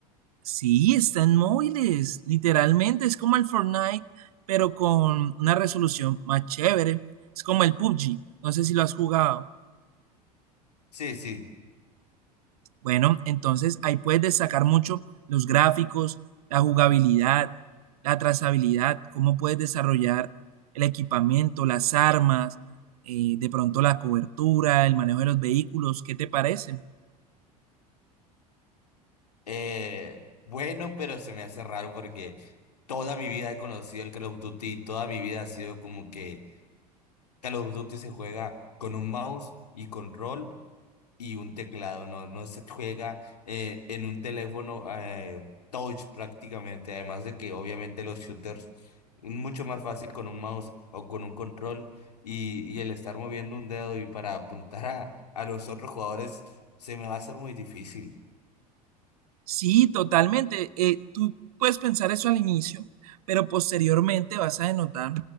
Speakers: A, on the right; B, on the left.
A: Sí, está en móviles, literalmente es como el Fortnite, pero con una resolución más chévere. Es como el PUBG, no sé si lo has jugado.
B: Sí, sí.
A: Bueno, entonces ahí puedes destacar mucho los gráficos, la jugabilidad, la trazabilidad, cómo puedes desarrollar el equipamiento, las armas, eh, de pronto la cobertura, el manejo de los vehículos, ¿qué te parece?
B: Eh, bueno, pero se me hace raro porque toda mi vida he conocido el Call of Duty y toda mi vida ha sido como que Call of Duty se juega con un mouse y control y un teclado, no, no se juega eh, en un teléfono eh, touch prácticamente, además de que obviamente los shooters mucho más fácil con un mouse o con un control y, y el estar moviendo un dedo y para apuntar a, a los otros jugadores se me va a hacer muy difícil.
A: Sí, totalmente. Eh, tú puedes pensar eso al inicio, pero posteriormente vas a denotar